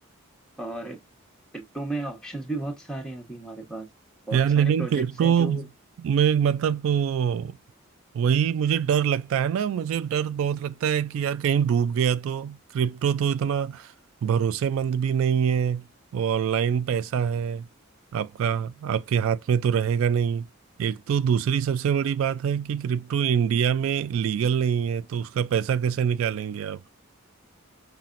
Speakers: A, in the centre; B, on the right.
A: और क्रिप्टो में ऑप्शंस भी बहुत सारे हैं अभी हमारे पास बहुत
B: यार लेकिन
A: सारे प्रोजेक्ट्स
B: क्रिप्टो
A: हैं जो
B: में मतलब वो- वही मुझे डर लगता है ना मुझे डर बहुत लगता है कि यार कहीं डूब गया तो क्रिप्टो तो इतना भरोसेमंद भी नहीं है वो ऑनलाइन पैसा है आपका आपके हाथ में तो रहेगा नहीं एक तो दूसरी सबसे बड़ी बात है कि क्रिप्टो इंडिया में लीगल नहीं है तो उसका पैसा कैसे निकालेंगे आप